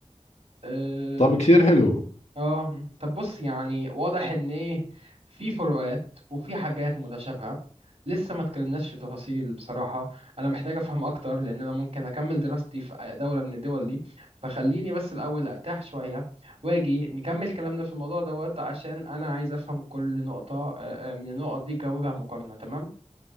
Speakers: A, on the right; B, on the left.
A: آه،
B: طب كثير حلو
A: اه مم. طب بص يعني واضح ان ايه في فروقات وفي حاجات متشابهة لسه ما اتكلمناش في تفاصيل بصراحة انا محتاج افهم اكتر لان انا ممكن اكمل دراستي في دولة من الدول دي فخليني بس الاول ارتاح شوية واجي نكمل كلامنا في الموضوع دوت عشان انا عايز افهم كل نقطة آه، آه، من النقط دي كوجه مقارنة تمام